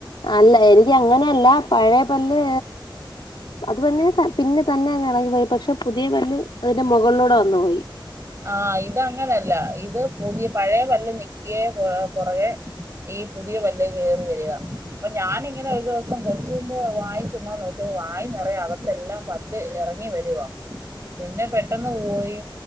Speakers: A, on the left (about 75°); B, on the right (about 35°).
A: അല്ല എനിക്ക് അങ്ങനെയല്ല. പഴേ പല്ല് അത് പിന്നെ പിന്നെ തന്നെ അങ്ങെളകി പോയി പക്ഷെ. പുതിയ പല്ല് അതിന്റെ മൊകള്ലൂടെ വന്നു പോയി.
B: ആഹ് ഇത് അങ്ങനല്ല. ഇത് പുതിയ പഴയ പല് നിക്കെ പൊറകെ. ഈ പുതിയ പല്ല് കേറി വര്ക. അപ്പൊ ഞാന് ഇങ്ങനെ ഒരു ദിവസം കൊച്ചിന്റെ വായി ചുമ്മാ നോക്കിയപ്പോ. വായി നെറയെ അകത്തെല്ലാം. പല്ല് എറങ്ങി വരുവാ. പിന്നെ പെട്ടെന്ന് പോയി.